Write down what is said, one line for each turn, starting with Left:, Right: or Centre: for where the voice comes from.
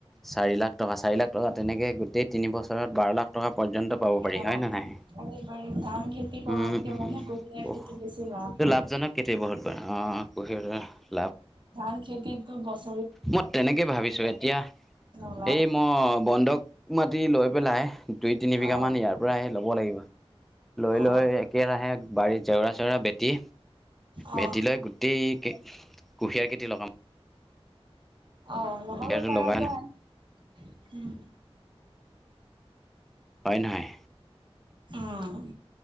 Centre: চাৰি লাখ টকা চাৰি লাখ টকা তেনেকে গোটেই তিনি বছৰত বাৰ লাখ টকা পৰ্যন্ত পাব পাৰি
Right: অ
Centre: হয় ন নহয়?
Right: পাৰি পাৰি ধান খেতি কৰাতকে
Centre: উম উম,
Right: মানে কুঁহিয়াৰ
Centre: বহুত
Right: খেতিত বেছি লাভ
Centre: ত
Right: হয়
Centre: লাভজনক কেতিয়া বহুত বাৰু অ। প সেৰে <unintelligible>
Right: ধান খেতিত বছ
Centre: মই তেনেকে ভাবিছো এতিয়া
Right: নোলায়
Centre: এই মই বন্ধ ক মাতি লৈ পেলাই দুই -তিনি বিঘামান
Right: অ
Centre: ইয়াৰ পৰা আহি ল'ব লাগিব। লৈ
Right: অ
Centre: লৈ একেৰাহে বাৰীত জেওৰা চেওৰা বেটি
Right: অ
Centre: ভেটী লৈ গোটেই কে কুহিয়াৰ খেতি লগাম।
Right: অ লগাব
Centre: কুঁহিয়াৰটো
Right: পাৰা
Centre: লগাই
Right: যায় উম।
Centre: হয় নহয়?
Right: উম,